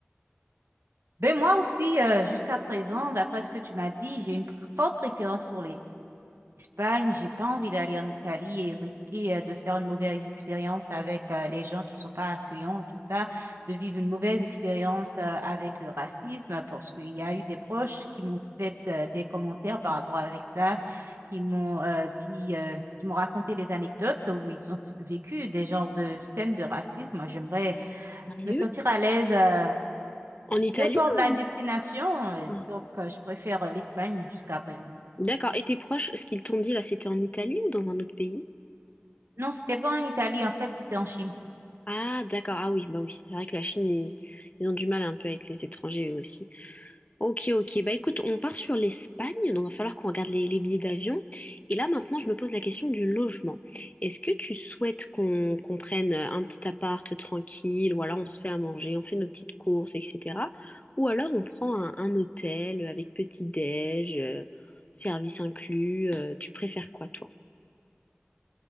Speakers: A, on the right; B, on the left.
A: Ben moi aussi, euh, jusqu'à présent, d'après ce que tu m'as dit, j'ai une pr- forte préférence pour les Espagne, j'ai pas envie d'aller en Italie et risquer euh, de faire une mauvaise expérience avec euh, les gens qui sont pas accueillants, tout ça, de vivre une mauvaise expérience euh, avec le racisme, parce qu'il y a eu des proches qui m'ont fait euh, des commentaires par rapport avec ça, qui m'ont euh, dit, euh, qui m'ont raconté des anecdotes où ils ont vécu des genres de scènes de racisme. Moi, J'aimerais
B: Sérieux?
A: me sentir à l'aise, euh,
B: En Italie
A: peu importe la
B: ou...
A: destination, euh,
B: Ah,
A: donc euh, je préfère euh, l'Espagne jusqu'à présent.
B: D'accord. Et tes proches, ce qu'ils t'ont dit là, c'était en Italie ou dans un autre pays?
A: Non, c'était pas en Italie, en fait, c'était en Chine.
B: Ah, d'accord. Ah oui, bah oui. C'est vrai que la Chine, ils, ils ont du mal un peu avec les étrangers eux aussi. Ok, ok. Bah écoute, on part sur l'Espagne, donc il va falloir qu'on regarde les, les billets d'avion. Et là, maintenant, je me pose la question du logement. Est-ce que tu souhaites qu'on qu'on prenne un petit appart tranquille, ou alors on se fait à manger, on fait nos petites courses, etc. Ou alors on prend un, un hôtel avec petit-déj, euh, service inclus. euh, tu préfères quoi, toi?